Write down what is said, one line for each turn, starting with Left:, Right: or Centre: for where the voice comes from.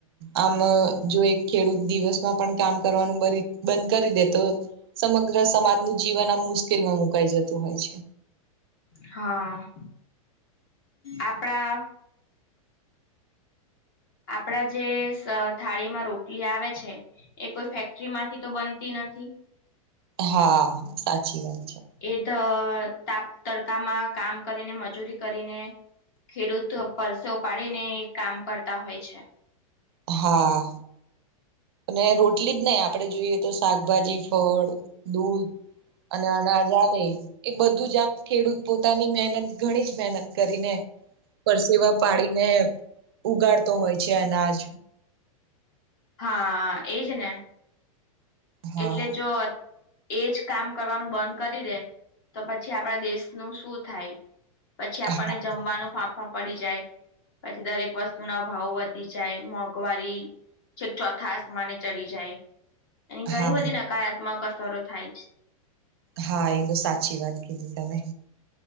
Right: આમ જો એક ખેડૂત દિવસમાં પણ કામ કરવાનું બંધ કરી દે તો સમગ્ર સમાજનું જીવન આમ મુશ્કેલમાં મુકાઈ જતું હોય છે
Left: હા આપડા આપડા જે થાળીમાં રોટલી આવે છે એ કોઈ ફેક્ટરી માંથી તો બનતી નથી
Right: હા, સાચી વાત છે
Left: એ ધ તાપ તડકામાં કામ કરીને મજૂરી કરીને ખેડૂતો પરસેવો ઉપાડીને કામ કરતા હોય છે
Right: હા અને રોટલી જ નહી આપણે જોઈએ તો શાકભાજી ફળ દૂધ અને અનાજ આવે એ બધું જ આમ ખેડૂત પોતાની મહેનત ઘણી જ મહેનત કરીને પરસેવા પાડીને ઉગાડતો હોય છે અનાજ
Left: હા, એજ ને
Right: હા
Left: એટલે જો એજ કામ કરવાનું બંધ કરી દે તો પછી આપણા દેશનું શું થાય પછી આપણને
Right: હા
Left: જમવાનું ફાફા પડી જાય પછી દરેક વસ્તુ ના ભાવ વધી જાય મોંઘવારી છે ચોથા આસમાને ચડી જાય એની ઘણી
Right: હા
Left: બધી નકારાત્મક અથરો થાય છે
Right: હા, એ તો સાચી વાત કીધી તમે